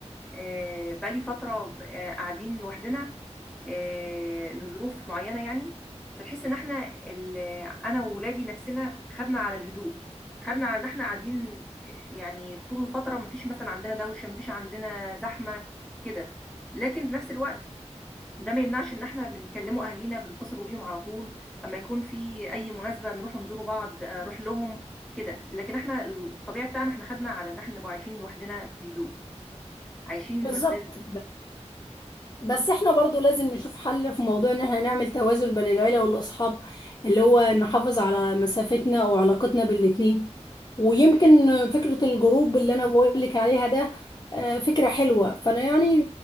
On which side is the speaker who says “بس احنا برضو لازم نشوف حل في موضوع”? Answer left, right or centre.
Left